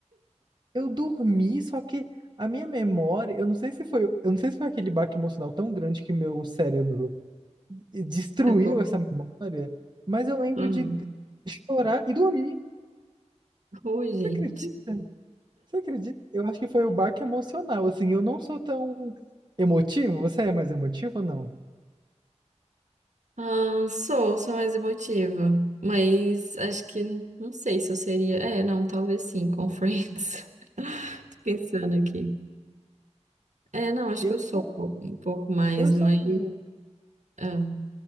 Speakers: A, on the right (about 35°); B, on the right (about 80°).
A: Eu dormi, só que a minha memória, eu não sei se foi, eu não sei se foi aquele baque emocional tão grande que meu cérebro destruiu
B: acabou.
A: essa memória, mas eu lembro
B: Hum.
A: de chorar e dormir.
B: Oi, gente.
A: Você acredita? Você acredita? Eu acho que foi o baque emocional. Assim, eu não sou tão emotivo. Você é mais emotivo ou não?
B: Ah, sou, sou mais emotiva, mas acho que não sei se eu seria. É, não, talvez sim, com Friends. <laughs> Tô pensando aqui. É, não, acho
A: Eu
B: que eu sou
A: sou,
B: um pouco, um pouco mais,
A: eu sou
B: mas.
A: menos.
B: ah,